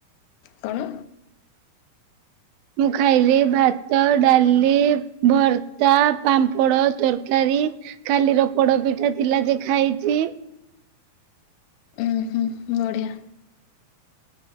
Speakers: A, on the left (about 80°); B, on the right (about 85°).
A: କଣ?
B: ମୁଁ ଖାଇଲି ଭାତ ଡାଲି ଭର୍ତା ପାମ୍ପଡ଼ ତରକାରୀ। କାଲିର ପୋଡ ପିଠା ଥିଲା ଯେ ଖାଇଚି।
A: ଉୁଁ ହୁଁ। ବଢ଼ିଆ।